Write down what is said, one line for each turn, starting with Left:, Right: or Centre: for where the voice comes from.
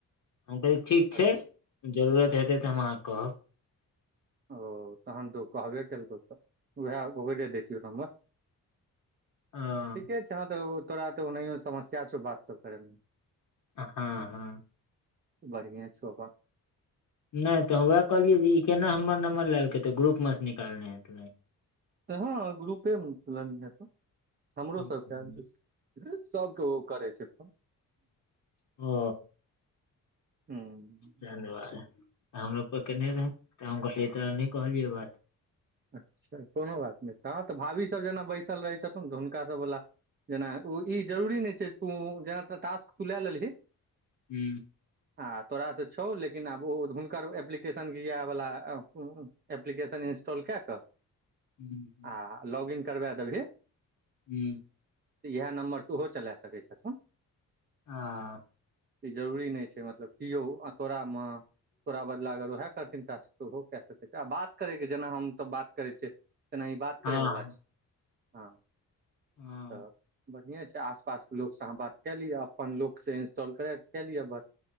Left: हम कह ठीक
Right: अच्छा
Left: छै। जरूरत हेतै तऽ हम अहाँ कहब
Right: ओ तहन तो कहबे केलको तऽ उएह ओरे दियौ नंबर
Left: हँ
Right: ठीके छै। हँ त तोरा तऽ ओनाहि समस्या छौ। बात सभ करयमे
Left: हँ हँ
Right: बढ़िए छौ अपन
Left: नहि तऽ ओएह कहलियै जे ई केना हमर नम्बर लेलकै त ग्रुप मेसँ निकालने हेतै।
Right: हँ ग्रुपे चलन हे त हमरो
Left: हूँ
Right: सभके आ जे सभके ओ करै छै। फोन
Left: ओ
Right: हूँ
Left: धन्यवाद तऽ हमरोप केने रहत तऽ हम कहलियै तो नहि कहलियै बात
Right: अच्छा कोनो बात नहि त तऽ भाभीसभ जेना बैसल रहै छथिथन। तऽ हुनकासभवला जेना ओ ई जरुरी नहि छै। तू जेना टास्क तू लए लेलही।
Left: हू
Right: आ तोराास से छौ। लेकिन आब ओ हुनकर एप्लीकेशन के इएह वाला एप्लीकेशन इंस्टॉल कए क
Left: हूँ हूँ
Right: आ लॉग इन करबा देबही
Left: हू।
Right: तऽ इएह नम्बरसँ ओहो चला सकै छथिन।
Left: आ।
Right: ई जरूरी नहि छै। मतलब किओ आ तोरामे तोरा बदला अगरा ओहे करथिन टास्क त ओहो काय सकै छै आ बात करे हम तऽ बात करै छियै एनाहि बात
Left: हँ
Right: करै बला छै हँ
Left: हँ
Right: तऽ बढ़िए छै आस पास के लोक सँ अहाँ बात कए लिअ अपन लोक स। इंस्टॉल करै कए लिअ बात